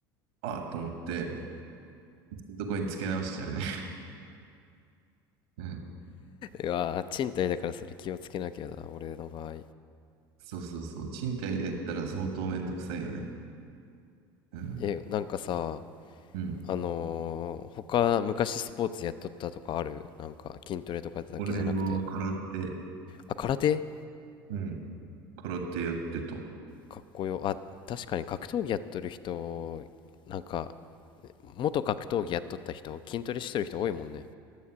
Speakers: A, on the right; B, on the left.
A: ああと思って、どこにつけ直しちゃうね。<laughs> うん。
B: うわー、賃貸だからそれ気をつけなきゃだ、俺の場合。
A: そうそうそう。賃貸でやったら相当めんどくさいよね。うん。
B: え、なんかさ、
A: うん。
B: あのー、他、昔スポーツやっとったとかあるなんか、筋トレとかだけじゃなくて。
A: 俺は空手、
B: あ、空手
A: うん。空手やってた。
B: かっこよ。あ、確かに格闘技やっとる人、なんか、元格闘技やっとった人、筋トレしてる人多いもんね。